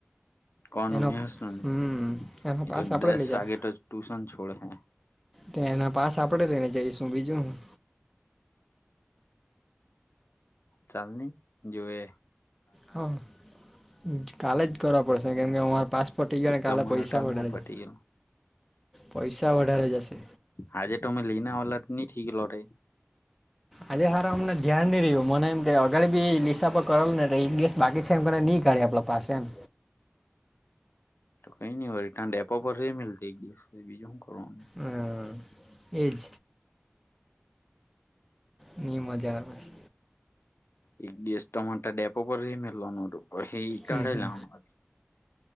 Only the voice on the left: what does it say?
કોનું
નેહસ નું ને
એ
તો
દસ
વાગે તો ટ્યુશન છોડ હે
ચાલ ની જોવે
તમારો
ટાઈમ
હો પતી
ગયેલો
આજે તમે લીન આવેલા હોત તો ની થીલો હોતે
તો કઈ નઈ વળી તા ડેપો પર રે મેલ એ દિવસ બીજું શું કરવાનું
એક દિશ તો મેનતો તા ડેપો પર મેલવાનું હતું પછી કાલે
જવાનું હતુ